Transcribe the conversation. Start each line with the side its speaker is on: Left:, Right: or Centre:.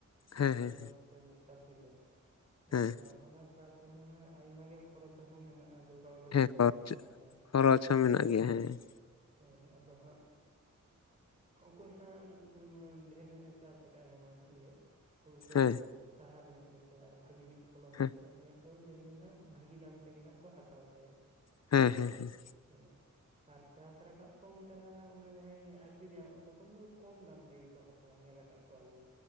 Left: ᱦᱮᱸ
Right: ᱟᱞᱮ
Left: ᱦᱮᱸ
Right: ᱱᱚᱣᱟ <unintelligible> ᱫᱚ ᱟᱫᱚ
Left: ᱦᱮᱸ
Right: ᱦᱟᱸᱜ ᱚᱱᱟᱼᱼ ᱪᱟᱥ ᱨᱮᱢᱟ ᱦᱟᱸᱜ ᱟᱭᱢᱟ ᱜᱮ ᱠᱷᱚᱨᱚᱪ ᱦᱚᱸ ᱢᱮᱱᱟᱜ-ᱟ, ᱡᱚᱜᱟᱣ ᱡᱚᱛᱚᱱ
Left: ᱦᱮᱸ ᱠᱷᱚᱨᱚᱪ
Right: ᱦᱩᱭᱩᱜ ᱜᱮᱭᱟ ᱚᱱᱟ
Left: ᱠᱷᱚᱨᱚᱪ
Right: ᱦᱮᱸᱼᱼ
Left: <unintelligible> ᱦᱮᱸ᱾
Right: ᱦᱮᱸ ᱟᱫᱚ ᱦᱟᱸᱜᱼᱼ ᱚᱠᱚᱭ ᱦᱟᱸᱜ ᱰᱷᱮᱨ ᱧᱚᱜ-ᱮ ᱪᱟᱥ ᱟᱠᱟᱫ ᱟᱭ ᱟᱭᱢᱟ ᱧᱚᱜ ᱜᱮᱼᱼ ᱦᱩᱲᱩ ᱠᱚ
Left: ᱦᱮᱸ
Right: ᱥᱟᱦᱟᱨ ᱧᱚᱜ ᱜᱮᱛᱟᱭᱟ ᱟᱨ ᱵᱷᱟᱜᱮ ᱧᱚᱜ ᱯᱷᱚᱞᱚᱱ
Left: ᱦᱮᱸ
Right: ᱦᱩᱭᱩᱜ ᱛᱟᱭᱟ ᱩᱱᱤᱭᱟᱜᱼᱼ ᱫᱳ ᱧᱮᱞ ᱵᱤᱱ ᱦᱟᱸᱜ ᱵᱷᱟᱹᱜᱤ ᱫᱟᱢ ᱛᱮᱜᱮ ᱦᱟᱸᱜ ᱠᱚ ᱦᱟᱛᱟᱣ ᱛᱟᱭᱟ᱾
Left: ᱦᱮᱸ ᱦᱮᱸ ᱦᱮᱸ᱾
Right: ᱦᱩᱸ᱾ ᱟᱨ ᱪᱟᱥ ᱨᱟᱠᱟᱵ ᱥᱟᱝ ᱛᱚᱨᱟ ᱚᱱᱟ ᱡᱟᱦᱟᱸᱭ ᱮ ᱟᱠᱷᱨᱤᱧᱟ ᱛᱚᱠᱷᱚᱱ ᱫᱚ ᱠᱚᱢ ᱫᱟᱢ ᱛᱮᱜᱮ ᱠᱚ ᱦᱟᱛᱼᱼ ᱛᱟ ᱧᱮᱞ ᱠᱟᱜ ᱠᱚᱣᱟᱞᱤᱧ᱾